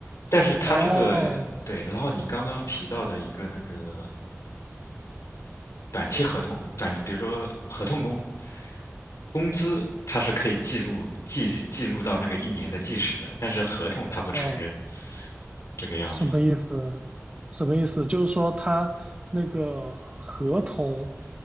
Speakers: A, on the left (about 80°); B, on the right (about 25°).
A: 但是他这个对，
B: 哦
A: 然后你刚刚提到的一个那个短期合同，短，比如说合同工，工资他是可以记录记记录到那个一年的计时的，但是合同他不承认
B: 哦，
A: 这个样子，
B: 什么意思？什么意思？就是说他那个合同，